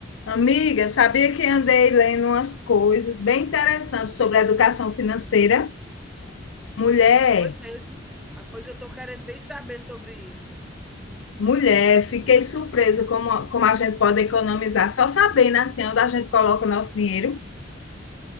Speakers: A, on the left (about 85°); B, in the centre.
A: Amiga, sabia que andei lendo umas coisas bem interessantes sobre a educação financeira? Mulher,
B: Foi mesmo. Ah, pois eu estou querendo bem saber sobre isso.
A: mulher, fiquei surpresa como, como a gente pode economizar só sabendo assim onde a gente coloca o nosso dinheiro.